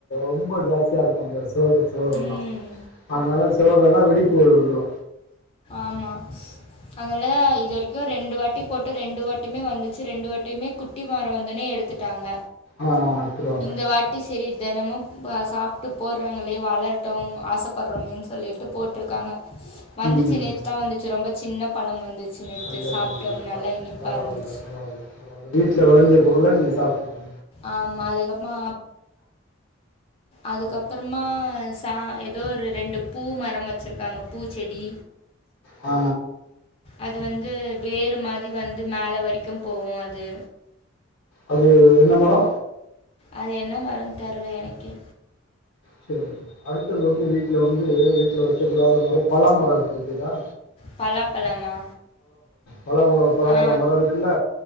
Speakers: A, on the left; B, on the left.
A: ரொம்ப ஜாஸ்தியா இருக்கு அந்தஸ் சேரு செவுரெல்லா
B: ம்
A: அதனால சொவரெல்லா வெடிப்பு வந்துரு
B: ஆமா அதனால இது வரைக்கு ரெண்டு வாட்டி போட் டு ரெண்டு வாட்டிமே வந்துச்சு ரெண்டு வாட்டிமே குட்டி மரோ வந்தோனே எடுத்துட்டாங்க
A: ஆ எடுத்துருவாங்க
B: இந்த வாட்டி சேரி தினமு சாப்டு போறாவங்களே வளரட்டு ஆசப்பறோமேன் சொல்லிட்டு போட்ருக்காங்க வந்துச்சு
A: ம்.
B: நேத்துதா வந்துச்சு ரொம்ப சின்ன பழம் வந்துச்சு நேத்து
A: நல்லது,
B: சாப்டோம்
A: நல்லது.
B: நல்லா
A: ப
B: இனிப்பா
A: பரவால்ல,
B: இருந்துச்சு
A: பரவால்ல, பரவால்ல. வீட்ல வெளஞ்ச பொருள நீங்க சாப்ருக்கீங்க
B: ஆமா அதுக்கப்புறமா அதுக்கப்புறமா
A: நல்லது, நல்லது.
B: தா எ தோ ஒரு ரெண்டு பூ மரம் வெச்சுருக்காங்க பூச்செடி
A: ஆ
B: அது வந் து வேறு மாரி வந்து மேல வரைக்கும் போவு அது
A: அது என்ன மரோ
B: அது என்ன மரன் தெர்ல எனக்கே
A: சேரி அடுத்தது வந்து வீட்ல வந்து வீட்ல வெக்க கூடாத மரோ பலாமரோ இருக்கு பாத்தியலா
B: பலாப்பழமா
A: பலாப்பழம் பலாப்பழம்
B: ஆ
A: மரம் இருக்குல்ல,